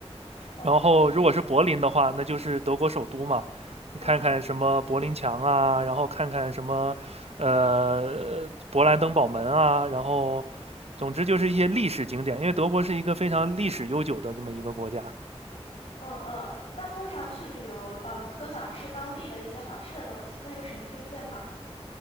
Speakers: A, on the left (about 70°); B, on the right (about 75°).
A: 哦，
B: 然后如果是柏林的话，
A: 是，
B: 那就是德国首都嘛，你看看什么柏林墙啊，
A: 嗯
B: 然后看看什么呃勃兰登堡门啊，然后总之就是一些历史景点，因为德国是一个非常历史悠久的这么一个国家。
A: 嗯嗯，那通常去旅游，呃，都想吃当地的一些好吃的东西，那有什么推荐吗？